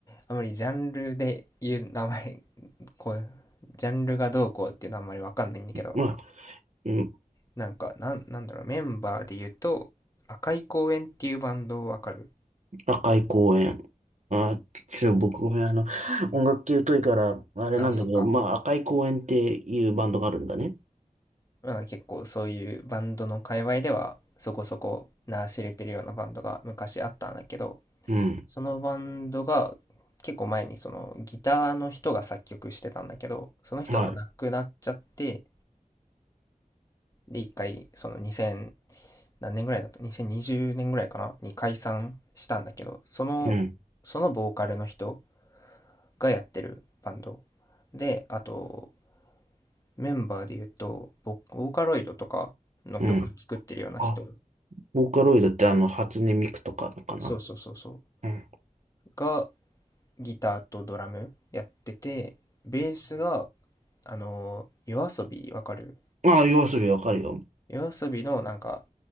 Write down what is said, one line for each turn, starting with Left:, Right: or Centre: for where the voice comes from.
Left: あまりジャンルで言う名前、こう、ジャンルがどうこうっていうのはあんまりわかんないんだけど、
Right: まあ、うん
Left: なんか、なん、なんだろう、メンバーで言うと、赤い公園っていうバンドわかる
Right: 高い公園。まあ、ちょ、僕ごめん、あの、音楽系疎いから、あれなんだけど、
Left: あ、そっか。
Right: まあ、赤い公園っていうバンドがあるんだね。
Left: まあ、結構そういうバンドの界隈では、そこそこ名知れてるようなバンドが昔あったんだけど、
Right: うん。
Left: そのバンドが結構前にそのギターの人が作曲してたんだけど、その人が亡くなっちゃって、
Right: は
Left: で、一回その2000、何年ぐらいだった2020年ぐらいかなに解散したんだけど、その、
Right: い。うん。
Left: そのボーカルの人がやってるバンド。で、あと、メンバーで言うと、ボ、ボーカロイドとかの曲作ってるような人、
Right: うん。あ、ボーカロイドってあの、初音ミクとかのかな
Left: そうそうそうそ
Right: うん。
Left: う、がギターとドラムやってて、ベースが、あの夜遊びわかる
Right: ああ、夜遊びわかるよ。
Left: 夜遊びのなんか、